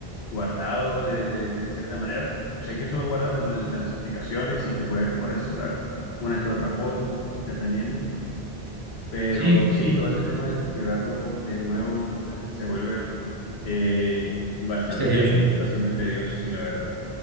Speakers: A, on the left (about 80°); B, on the right (about 20°).
A: guardado de, de- de cierta manera. Sé que solo guarda como el- las aplicaciones y te puede como restaurar una que otra foto, dependiendo. Pero
B: Sí.
A: sí, todo este tema de configurarlo de nuevo <laughs> se vuelve eh, bastante,
B: Es tedioso,
A: bastante tedioso, sí, la verdad.